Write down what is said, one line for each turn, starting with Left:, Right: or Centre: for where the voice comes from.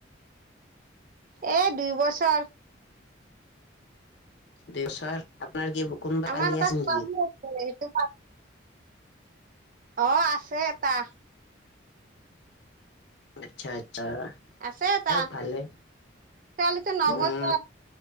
Right: এ, দুই বছৰ।
Left: দুই বছৰ? আপোনাৰ কি কুনবা
Right: আমাৰ
Left: কালি
Right: এটা
Left: আছে
Right: ছোৱালী
Left: নেকি?
Right: আছে সেইটো অ, আছে এটা।
Left: আচ্ছা চা
Right: আছে এটা
Left: দিয়ক ভালেই,
Right: ছোৱালীটো নবছৰ
Left: উম,